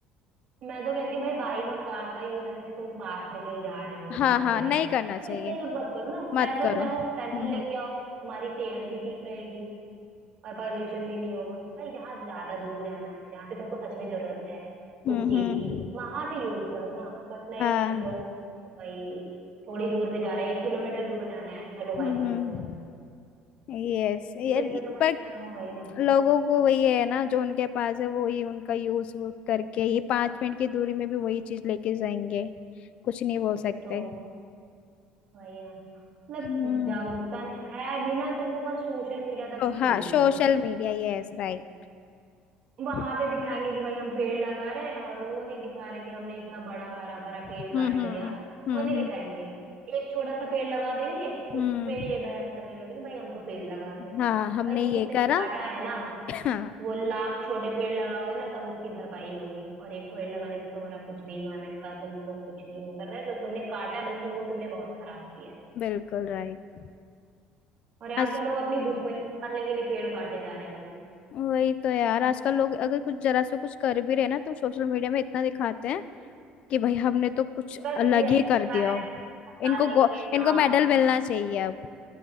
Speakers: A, on the right; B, on the left.
A: मैं तो कहती हूँ भाई बाइक और कार का यूज ऐसे तुम पास में कहीं जा रहे हो
B: हाँ
A: दुकान
B: हाँ
A: पे जा
B: नहीं
A: रहे हो
B: करना चाहिए
A: तो इसका यूज मत करो ना
B: मत
A: पैदल
B: करो
A: जाओ
B: हम्म
A: पैदल लेके
B: हम्म
A: आओ तुम्हारी सेहत भी ठीक रहेगी और पॉल्यूशन भी नहीं होगा भाई जहाँ ज्यादा दूर जाना है जहाँ पे तुमको सच में जरूरत है
B: हम्म
A: उस चीज
B: हम्म,
A: की वहां पे यूज करो ना बट नहीं
B: हाँ
A: तुम लोग तो भाई थोड़ी दूर पे जा रहे हैं एक किलोमीटर दूर जाना है चलो बाइक
B: हम्म
A: लेके चलते हैं
B: यस यार
A: तो इससे
B: ये-
A: तो पॉल्यूशन
B: पर
A: हो गए ना
B: लोगों को वही है ना जो उनके पास है वही उनका यूज करके ही पांच मिनट की दूरी में भी वही चीज लेके जाएंगे कुछ नहीं बोल सकते
A: तो वही ना मतलब
B: हम्म
A: जागरूकता है भी ना तो वो बस सोशल मीडिया तक
B: तो
A: ही
B: हाँ
A: सीमित
B: सोशल
A: है
B: मीडिया Yes right
A: वहां
B: हम्म
A: पे दिखाएंगे कि भाई हम पेड़ लगा रहे हैं और वो नहीं दिखा रहे कि हमने इतना बड़ा हरा भरा पेड़
B: हम्म
A: काट
B: हम्म
A: दिया
B: हम्म
A: वो नहीं दिखाएंगे एक छोटा सा पेड़ लगा देंगे
B: हम्म।
A: उस पे ये बहस करने लगेंगे भाई हम तो पेड़ लगाते हैं
B: हाँ
A: भाई
B: हमने
A: जो
B: ये
A: तुमने
B: करा
A: काटा है ना
B: हाँ
A: वो लाख छोटे पेड़ लगाओगे ना तब उसकी भरपाई होगी और एक पेड़ लगाने से तुम्हारा कुछ भी इन्वायरमेंट का तुम तो कुछ नहीं वो कर रहे जो तुमने काटा है बल्कि वो तुमने बहुत खराब किया है
B: बिल्कुल राइट
A: और यहाँ
B: आज
A: तो लोग अपनी दुश्मनी निकालने के लिए पेड़ काटे जा रहे हैं भाई
B: वही तो यार आजकल लोग अगर कुछ जरा से कुछ कर भी रहे ना तो सोशल मीडिया में इतना दिखाते हैं कि भाई हमने तो कुछ
A: बस
B: अलग
A: यही
B: ही कर
A: इन्वायरमेंट
B: दिया हो
A: बचा
B: इनको
A: लेंगे
B: गो, इनको
A: हाँ
B: मेडल मिलना चाहिए अब